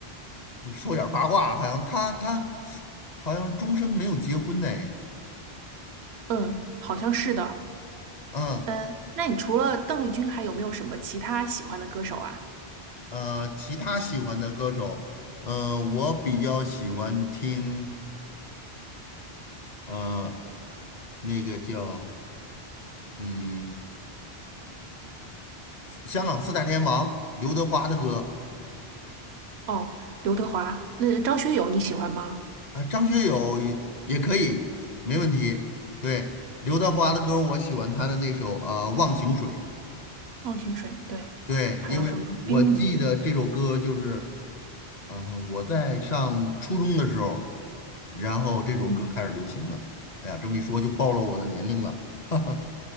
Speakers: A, on the left (about 50°); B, on the right (about 85°).
A: 就说点儿八卦，好像他他好像终身没有结婚呢。
B: 嗯，好像是的。
A: 嗯
B: 嗯，那你除了邓丽君，还有没有什么其他喜欢的歌手啊？
A: 呃，其他喜欢的歌手，呃，我比较喜欢听呃那个叫嗯香港四大天王刘德华的歌
B: 哦，刘德华，那张学友你喜欢吗？
A: 啊，张学友也也可以，没问题。对，刘德华的歌，我喜欢他的那首呃《忘情水》。
B: 忘情水，对，
A: 对，
B: 还有什么冰雨，
A: 因为我记得这首歌就是，呃，我在上初中的时候，然后这首歌开始流行的。
B: 嗯，
A: 哎呀，这么一说就暴露我的年龄了，<laughs> 哈哈。